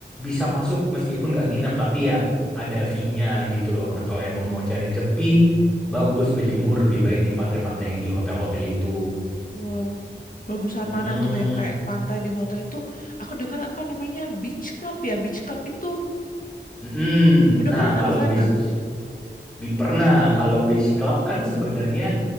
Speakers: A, in the centre; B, on the left (about 45°).
A: bisa masuk meskipun nggak nginep, tapi ya ada fee-nya gitu loh. Nah, kalau emang mau cari yang sepi, bagus berjemur lebih baik di pantai-pantai yang di hotel-hotel itu.
B: Wah, bagusan
A: Mm-mm.
B: mana tuh yang kayak pantai di hotel itu? Aku dengar apa namanya beach club ya? Beach club itu
A: Mm-mm.
B: udah
A: Nah,
B: pernah
A: kalau
B: ke sana.
A: beach bi- pernah kalau beach club kan sebenarnya